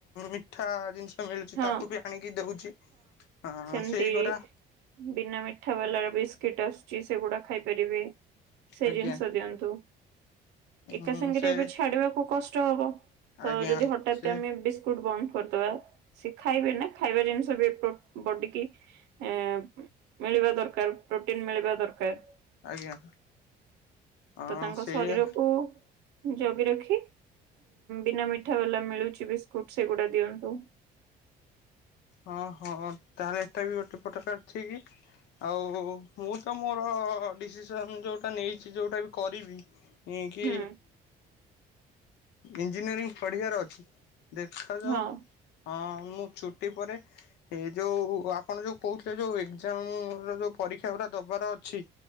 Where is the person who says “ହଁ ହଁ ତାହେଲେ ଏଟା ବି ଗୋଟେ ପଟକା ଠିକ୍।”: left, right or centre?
Left